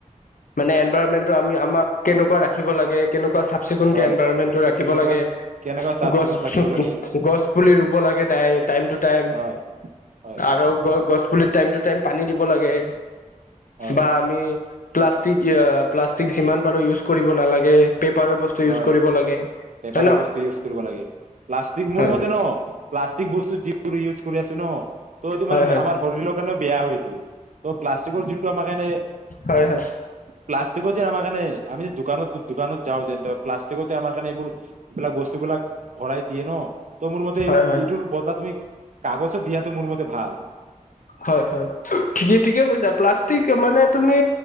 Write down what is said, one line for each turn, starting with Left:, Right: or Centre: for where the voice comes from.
Left: মানে। গবাৰ মেনট আমি আমাক কেনেকুৱা ৰাখিব লাগে কেনেকুৱা চাফ চিকুণকে
Right: হয়
Left: এনভাইৰণমেণ্টটো ৰাখিব
Right: কেনেকুৱা
Left: লাগে
Right: কেনেকুৱা চাফ
Left: গছ
Right: চিকুণ ৰাখিব লাগে
Left: গছ পুলি ৰুব লাগে টাইম টাইম টু টাইম
Right: হয় হয়
Left: আৰু গ গছ টাইম টু টাইম পানী দিব লাগে।
Right: হয়
Left: বা আমি প্লাষ্টিক প্লাষ্টিক যিমান পাৰোঁ ইউজ কৰিব নালাগে। পেপাৰৰ বস্তু ইউজ
Right: হয়
Left: কৰিব লাগে
Right: পেপাৰৰ
Left: হয় ন
Right: বস্তু ইউজ কৰিব লাগে প্লাষ্টিক
Left: হয়
Right: মোৰ মতে ন প্লাষ্টিক বস্তু যি বোৰে ইউজ কৰি আছে ন! ত এটো মানে
Left: হয় হয়
Right: আমাৰ শৰীৰৰ সেই কাৰণে বেয়া হয়টো ত' প্লাষ্টিকৰ যোনটো আমাৰ কাৰণে
Left: হয় হয়
Right: প্লাষ্টিকৰ যে আমাৰ কাৰনে আমি দো দোকানত দোকানত যাওঁ যে প্লাষ্টিকতে আমাৰ কাৰণে এইবোৰ এইবিলাক বস্তুবিলাক ভৰাই দিয়ে ন ত মোৰ মতে
Left: হয় হয়
Right: এইটোৰ বদলা তুমি কাগজো দিয়াটো মোৰ মতে ভাল।
Left: হয় হয় ঠিকেই ঠিকে কৈছা প্লাষ্টিক মানে তুমি